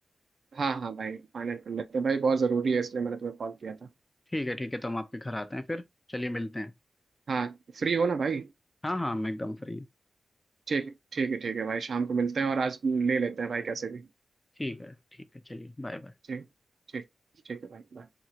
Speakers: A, on the right; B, on the left.
A: हाँ हाँ भाई फाइनल कर लेते हैं भाई बहुत ज़रूरी है इसलिए मैंने तुम्हें कॉल किया था
B: ठीक है ठीक है तो हम आपके घर आते हैं फिर चलिए मिलते हैं
A: हाँ फ्री हो ना भाई
B: हाँ हाँ मैं एकदम फ्री हूँ
A: ठीक ठीक है ठीक है भाई शाम को मिलते हैं और आज ले लेते हैं भाई कैसे भी
B: ठीक है ठीक है चलिए बाय बाय
A: ठीक ठीक ठीक है भाई bye।